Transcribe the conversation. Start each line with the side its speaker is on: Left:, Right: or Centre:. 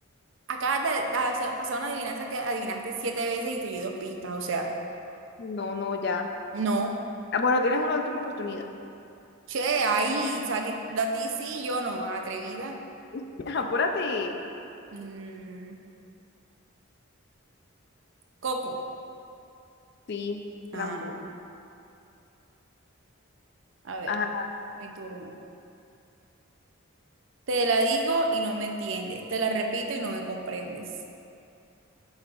Right: Acabas de hacer- pasar una adivinanza que adivinaste siete veces y te di dos pistas, o sea,
Left: No, no, ya.
Right: no.
Left: Ah, Bueno, tienes una última oportunidad.
Right: Che, ahí, o sea, que a ti sí, yo no, atrevida.
Left: <laughs> Apúrate.
Right: Mm, Coco.
Left: Sí, tramposo.
Right: Ah, a ver,
Left: Ajá.
Right: mi turno. Te la digo y no me entiendes, te la repito y no me comprendes.